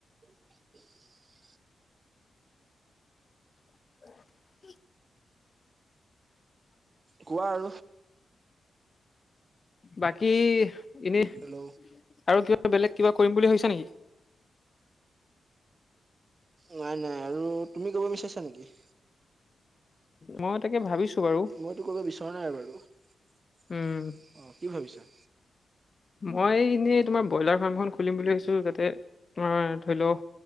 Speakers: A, on the right; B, on the left.
A: <unintelligible>
B: <unintelligible>
A: কোৱা আৰু
B: বাকী এনেই
A: হেল্ল'
B: আৰু কিবা বেলেগ কিবা কৰিম বুলি ভছা নেকি?
A: নাই, নাই আৰু তুমি কৰিব বিচাৰিছা নেকি?
B: মই তাকে ভাবিছো বাৰু
A: মইতো কব বিচৰা নাই বাৰু। অ
B: উম
A: কি ভাবিছা?
B: মই এনেই তোমাৰ ব্ৰইলাৰ ফাৰ্মখন খুলিম বুলি ভাবিছো। তাতে অ ধৰি লও